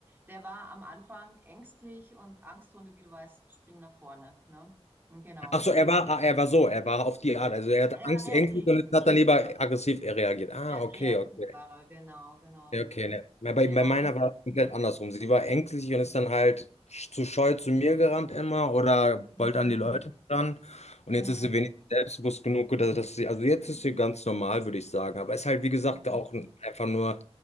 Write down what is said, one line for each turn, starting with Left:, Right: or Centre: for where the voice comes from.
Right: Der war am Anfang ängstlich und Angsthunde, wie du weißt, springen nach vorne. Ne? Genau.
Left: Ach so, er war, ah, er war so, er war auf die
Right: Ja,
Left: Art. Also er hatte
Right: ja
Left: Angst,
Right: reaktiv.
Left: Ängste und hat dann lieber aggressiv reagiert. Ah,
Right: Ja,
Left: okay,
Right: reaktiv
Left: okay.
Right: war er, genau, genau.
Left: Ja, Okay, ne. Bei, bei
Right: Ja.
Left: bei meiner war es komplett andersrum. Sie war ängstlich und ist dann halt sch- zu scheu zu mir gerannt immer oder
Right: Mhm.
Left: wollte an die Leute ran. Und
Right: Mhm.
Left: jetzt ist sie wenigstens selbstbewusst genug, dass, dass sie, also jetzt ist sie ganz normal, würde ich sagen. Aber ist halt, wie gesagt,
Right: Mhm.
Left: auch ein- einfach nur,